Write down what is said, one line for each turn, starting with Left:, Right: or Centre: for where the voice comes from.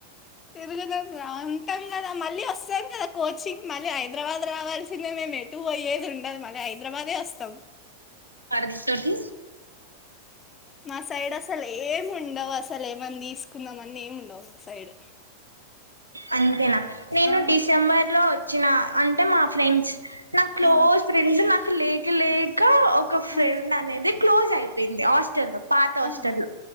Left: తిరుగుదాం రా ఉంటం కదా మళ్ళీ వస్తాం కదా కోచింగ్ మళ్ళీ హైదరాబాద్ రావాల్సిందే మేము ఎటు పోయ్యేది ఉండదు మళ్ళీ హైదరాబాదే వస్తాం
Right: పరది తోటి
Left: మా సైడ్ అసలు ఏం ఉండవు అస అసలు ఏమన్న తీసుకుందాం అన్న ఏమి ఉండవు మా సైడ్
Right: అంతేనా నేను
Left: ఆ
Right: డిసెంబర్ లో వ చ్చిన అంటే మా ఫ్రెండ్స్ నా క్లోజ్
Left: ఆ
Right: ఫ్రెండ్స్ నా లేక్ లేక్ కా ఒక ఫ్రెండ్
Left: ఆ
Right: అనేది క్లోజ్ అయిపోయింది హాస్టల్లో పాత హాస్టల్లో
Left: ఆహా